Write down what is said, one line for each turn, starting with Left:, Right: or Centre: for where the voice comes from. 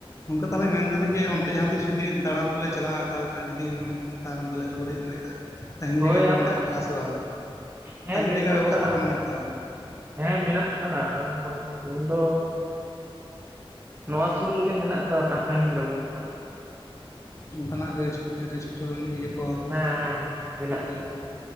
Left: ᱜᱚᱝᱠᱟ ᱛᱟᱦᱚᱞᱮ ᱢᱮᱱᱫᱟᱞᱤᱧ ᱡᱮ ᱚᱱᱛᱮ ᱡᱟᱦᱟᱸ ᱛᱤᱥ ᱡᱩᱫᱤ ᱫᱟᱬᱟᱱ ᱠᱚᱞᱮ ᱪᱟᱞᱟᱜᱼᱟ ᱚᱠᱟ ᱞᱮᱠᱟ ᱡᱩᱫᱤ ᱢᱟᱱᱮ ᱛᱟᱦᱚᱞᱮ ᱵᱟᱞᱮ ᱨᱩᱣᱟᱹᱲ ᱦᱮᱡ ᱫᱟᱲᱮᱭᱟᱜᱼᱟ᱾ ᱛᱟᱦᱮᱱ
Right: ᱦᱳᱭ
Left: ᱡᱟᱭᱜᱟ
Right: ᱟᱫᱚ
Left: ᱠᱚ ᱢᱮᱱᱟᱜ ᱠᱟᱜᱼᱟ ᱥᱮ ᱵᱟᱝ
Right: ᱦᱮᱸ
Left: ᱛᱟᱦᱮᱱ
Right: ᱢᱮᱱᱟᱜ
Left: ᱡᱟᱭᱜᱟ ᱵᱮᱵᱚᱥᱛᱷᱟ
Right: ᱟᱠᱟᱫᱟ
Left: ᱠᱚ ᱢᱮᱱᱟᱜ ᱟᱠᱟᱫᱼᱟ᱾
Right: ᱦᱮᱸ ᱢᱮᱱᱟᱜ ᱟᱠᱟᱫᱟ ᱩᱱᱫᱚ ᱱᱚᱣᱟ ᱥᱩᱨ ᱨᱮᱜᱮ ᱢᱮᱱᱟᱜ ᱟᱠᱟᱫ ᱛᱟᱦᱮᱱ ᱵᱮᱵᱚᱥᱛᱟ᱾
Left: ᱚᱱᱠᱟᱱᱟᱜ ᱨᱮᱥ ᱨᱮᱥᱴᱩᱨᱮᱱᱴ ᱤᱭᱟᱹ ᱠᱚ
Right: ᱦᱮᱸ ᱦᱮᱸ ᱢᱮᱱᱟᱜ
Left: ᱦᱳᱴᱮᱞ
Right: ᱟᱠᱟᱫ
Left: ᱠᱚ